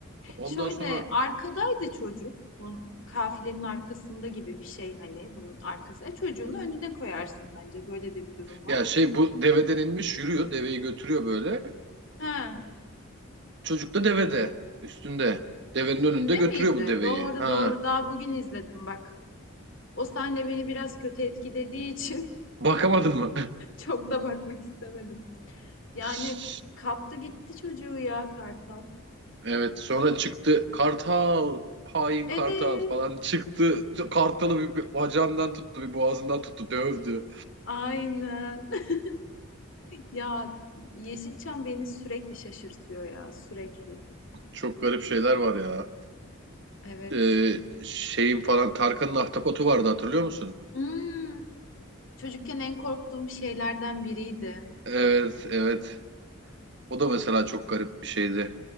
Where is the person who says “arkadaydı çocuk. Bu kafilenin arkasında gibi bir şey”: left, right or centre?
Left